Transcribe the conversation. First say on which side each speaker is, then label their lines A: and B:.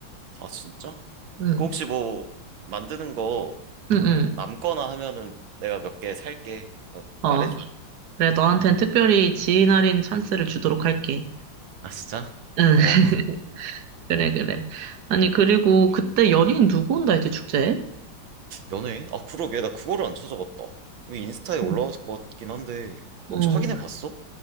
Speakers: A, on the right; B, on the right.
A: 아, 진짜?
B: 응,
A: 그 혹시 뭐, 만드는 거
B: 응, 응.
A: 남거나 하면은 내가 몇 개 살게. 그러니까
B: 어,
A: 말해줘.
B: 그래, 너한텐 특별히 지인 할인 찬스를 주도록 할게.
A: 아, 진짜?
B: 응,
A: 고마워.
B: <laughs> 그래, 그래. 아니, 그리고 그때 연예인 누구 온다 했지, 축제에?
A: 연예인? 아, 그러게. 나 그거를 안 찾아봤다. 이 인스타에 올라왔을
B: 응.
A: 것 같긴 한데,
B: 어,
A: 혹시 확인해 봤어?